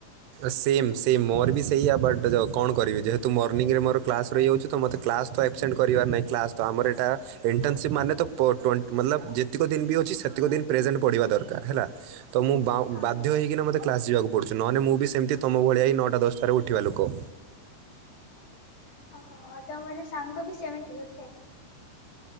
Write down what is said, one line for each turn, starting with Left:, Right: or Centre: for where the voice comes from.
Right: ସେମ୍ ସେମ୍ ମୋର ବି ସେଇଆା ବଟ୍ କଣ କରିବି ଯେହେତୁ ମର୍ଣ୍ଣିଂରେ ମୋର କ୍ଲାସ୍ ରହିଯାଉଛି ତ ମୋତେ କ୍ଲାସ୍। ତ ଆବସେଣ୍ଟ କରିବାର ନାହିଁ କ୍ଲାସ୍ ତ ଆମର ଏଇଟା ଇଣ୍ଟର୍ନସିପ୍ ମାନେ ତ ଟେଣ୍ ମତଲବ ଯେତିକ ଦିନ ବି ଅଛି ସେତିକ ଦିନ ପ୍ରେଜେଣ୍ଟ ପଡ଼ିବା ଦରକାର ହେଲା। ତ ମୁଁ ବାଧ୍ୟ
Left: ହଁ ହଁ
Right: ହୋଇକି ମୋତେ କ୍ଲାସ୍ ଯିବାକୁ ପଡ଼ୁଛି ନହେଲେ ମୁଁ ବି ସେମିତି ତମ ଭଳିଆ ହେ ନଅଟା ଦଶଟାରେ ଉଠିବା ଲୋକ।
Left: ଓଉ ତ ମୋର ସାଙ୍ଗ ବି ସେମିତି ଉଠେ।